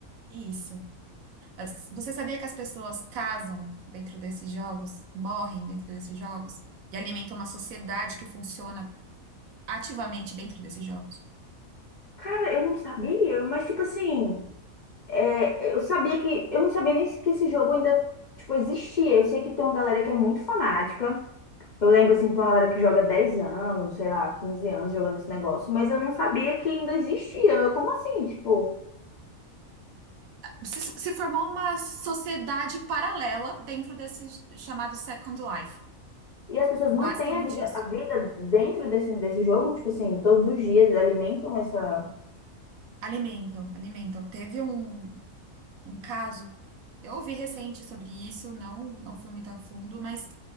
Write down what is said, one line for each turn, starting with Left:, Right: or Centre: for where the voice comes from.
Right: Isso. As- Você sabia que as pessoas casam dentro desses jogos, morrem dentro desses jogos e alimentam uma sociedade que funciona ativamente dentro desses jogos?
Left: Cara, eu não sabia, mas tipo assim, é, eu sabia que. Eu não sabia nem que esse jogo ainda, tipo, existia. Eu sei que tem uma galera que é muito fanática. Eu lembro, assim, que tem uma galera que joga 10 anos, sei lá, 15 anos jogando esse negócio, mas eu não sabia que ainda existia. Eu, Como assim, tipo?
Right: Se, se formou uma sociedade paralela dentro desse chamado Second Life.
Left: E as pessoas
Right: Basicamente
Left: mantêm a vida,
Right: isso.
Left: a vida dentro desse, desse jogo, tipo assim, todos os dias alimentam essa.
Right: Alimentam, alimentam. Teve um, um caso, eu ouvi recente sobre isso, não, não fui muito a fundo, mas